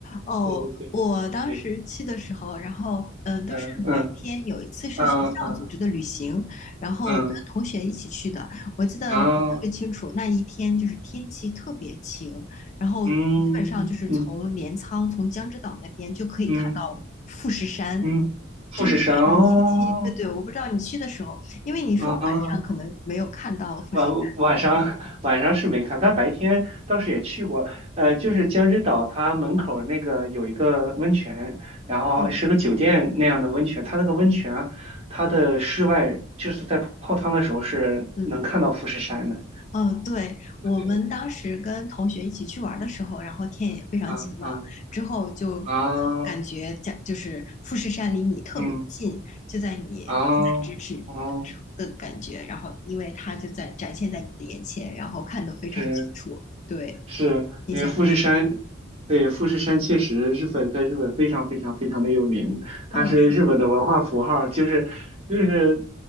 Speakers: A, on the left; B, on the right.
A: 哦，
B: 对对对对，
A: 我当时去的时候，然后嗯、呃都是白天。
B: 嗯嗯
A: 有一次是学校组织的旅行，
B: 嗯嗯
A: 然后跟同学一起去的。
B: 嗯，
A: 我记得特别清楚，
B: 然后
A: 那一天就是天气特别晴，然后基本上就是从镰仓、
B: 嗯嗯
A: 从江之岛那边就可以看到富士山，
B: 嗯嗯，富士山哦，
A: 就是非常的清晰。对对，我不知道你去的时候，因为你说晚上可能没有看到富士山。
B: 啊晚晚上 <laughs> 晚上是没看，但白天倒是也去过，呃，就是江之岛，它门口那个有一个温泉，然后是个酒店那样的温泉，
A: 嗯
B: 它那个温泉啊它的室外就是在泡汤的时候是能看到富士山的。
A: 嗯。嗯，对，我们当时跟同学一起去玩儿的时候，
B: 对，嗯
A: 然后天也非常晴朗，
B: 啊嗯
A: 之后就呃感觉家就是富士山离你特别近，
B: 啊嗯
A: 就在你近在咫尺
B: 啊哦哦，
A: 的感觉，然后因为它就在展现在你的眼前，然后看得非常清楚，
B: 是
A: 对，
B: 是因为富士山，
A: 印象很深。
B: 对，富士山确实日本在日本非常非常非常的有名，它是日本的文化符号，
A: 嗯，是
B: 就是就是